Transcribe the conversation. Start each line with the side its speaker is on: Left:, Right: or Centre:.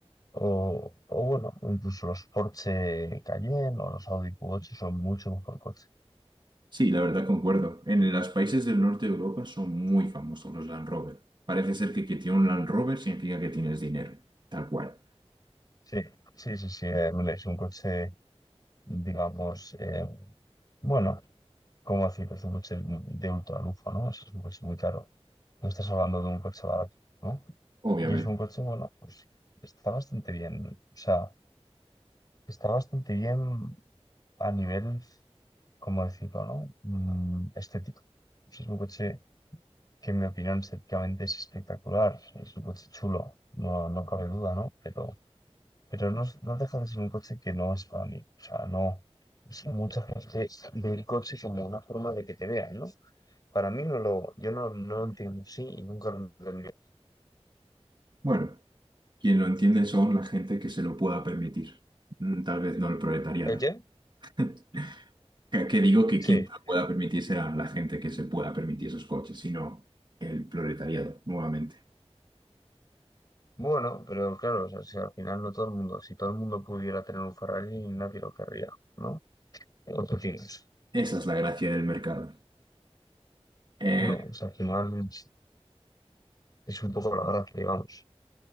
Left: o, o bueno, incluso los Porsche Cayenne o los Audi Q8 son mucho mejor coche.
Right: Sí, la verdad concuerdo. En los países del norte de Europa son muy famosos los Land Rover. Parece ser que quien tiene un Land Rover significa que tienes dinero, tal cual,
Left: Sí, sí, sí, sí, eh, es un coche, digamos, eh, bueno, ¿cómo decirlo? Es un coche de ultra lujo, ¿no? O sea, Es un coche muy caro. No estás hablando de un coche barato, ¿no?
Right: obviamente.
Left: Y es un coche, bueno, pues está bastante bien. O sea, está bastante bien a nivel, ¿cómo decirlo, no? Mm, estético. Pues es un coche que, en mi opinión, estéticamente es espectacular. Es un coche chulo, no, no cabe duda, ¿no? Pero, pero no, no deja de ser un coche que no es para mí. O sea, no. es que mucha gente ve el coche como una forma de que te vean, ¿no? Para mí no lo, yo no, no lo entiendo así y nunca lo entendí.
Right: Bueno, quien lo entiende son la gente que se lo pueda permitir. Mm, Tal vez no el proletariado.
Left: ¿El qué?
Right: <laughs> Que, que digo que
Left: Sí.
Right: quien se lo pueda permitir será la gente que se pueda permitir esos coches, sino el proletariado, nuevamente.
Left: Bueno, pero claro, o sea, si al final no todo el mundo, si todo el mundo pudiera tener un Ferrari, nadie lo querría, ¿no? ¿O qué opinas?
Right: Esa es la gracia del mercado. Eh,
Left: No, o sea, al final es es un poco la gracia, digamos.